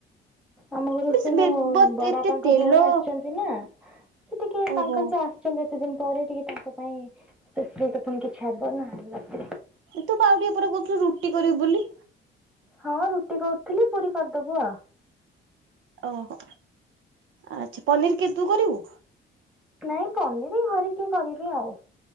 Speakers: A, in the centre; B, on the right.
A: ଆମ ଘରୁ
B: ହବ
A: ସେ ମୋ
B: ବଟ
A: ବଡପାଙ୍କ
B: ଏତେ ତେଲ
A: ଭଉଣୀ ଆସିଛନ୍ତି। ନା ସେ ଟିକେ ତାଙ୍କ
B: ଓହୋ
A: ସେ ଆସ। ଆ ଏତେ ଦିନ ପରେ ଟିକେ ତାଙ୍କ ପାଇ ଫୁଣି କିଛି ହବ ନା। <unintelligible>
B: ତୁ ପା ଆଉଟିକେ ପରେ କହୁଥିଲୁ ରୁଟି କରିବୁ ବୋଲି।
A: ହଁ ରୁଟି କହୁଥିଲି ପୁରୀ କରିଦବୁ ଆଉ।
B: ଓହୋ ଆଛା ପନିର କିଏ ତୁ କରିବୁ।
A: ନାଇଁ ପନିର ଘରେ କିଏ କରିବି ଆଉ।